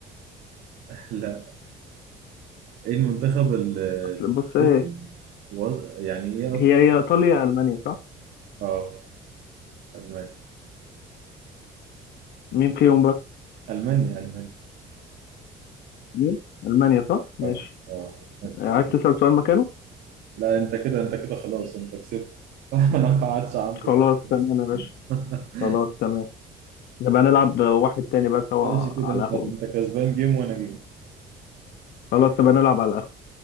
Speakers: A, on the right (about 75°); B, on the left (about 75°).
A: <laughs> لا ايه المنتخب ال-
B: أصل بص إيه
A: الافريقي وز- يعني ايه اكتر
B: هي هي إيطاليا يا ألمانيا صح؟
A: اه المانيا
B: مين فيهم بقى؟
A: المانيا المانيا
B: مين؟ ألمانيا صح؟ ماشي
A: اه اه الاتحاد.
B: آه، عايز تسأل سؤال مكانه؟
A: لا انت كده انت كده خلاص انت كسبت <laughs> انا ما عادش عندي
B: خلاص
A: أي فرصة.
B: تمام يا باشا
A: <laughs>
B: خلاص تمام نبقى نلعب واحد تاني بقى سوا
A: ماشي كده
B: على
A: انت
B: قهوة
A: انت كسبان جيم وانا جيم
B: خلاص نبقى نلعب على قهوة